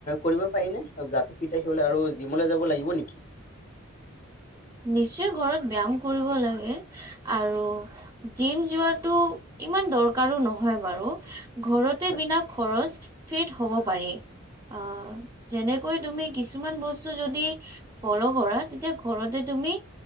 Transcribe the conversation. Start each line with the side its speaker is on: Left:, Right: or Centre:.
Left: কৰিব পাৰি নে গাটো ফিট ৰাখিবলৈ আৰু জিমলৈ যাব লাগিব নেকি?
Right: নিশ্চয় ঘৰত ব্যয়াম কৰিব লাগে। আৰু জিম যোৱাটো ইমান দৰকাৰো নহয় বাৰু। ঘৰতে
Left: হয়
Right: বিনা খৰচ ফিট হ'ব পাৰি। অ', যেনেকৈ তুমি কিছুমান বস্তু যদি ফল' কৰা, তেতিয়া ঘৰতে তুমি